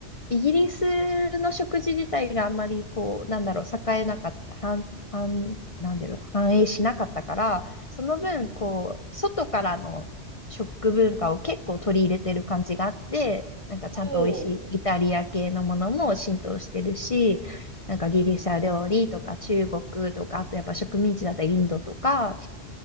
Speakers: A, on the left; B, on the right.
A: イギリスの食事自体があんまりこう、なんだろう、栄えなかった、繁、繁、なんだろう、繁栄しなかったから、その分、
B: うんうん。
A: こう、外からの食文化を結構取り入れてる感じがあって、なんかちゃんと美味しいイタリア系のものも浸透してるし、
B: おお。
A: なんかギリシャ料理とか中国とか、あとやっぱ植民地だったりインドとか、